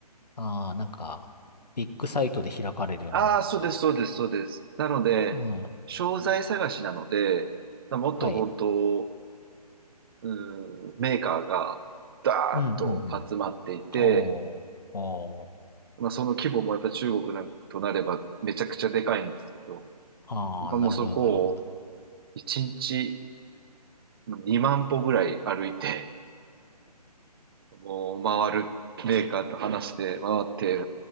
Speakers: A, on the left (about 75°); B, on the right (about 35°).
A: ああ、なんか、ビッグサイトで開かれるような、
B: ああー、
A: なんか。
B: そうです、そうです、そうです。なので、
A: うん。
B: 商材探しなので、もっと本当、
A: はい。
B: うん、メーカーがダーッと集まっていて、
A: うん、うん、うん。おー、おー、
B: まあ、その規模もやっぱ中国なんとなればめちゃくちゃでかいんですけど、
A: あー、
B: まあ、もうそこを
A: なるほど、なるほど。
B: 1日2万歩ぐらい歩いて、もう回るメーカーと話して、回って、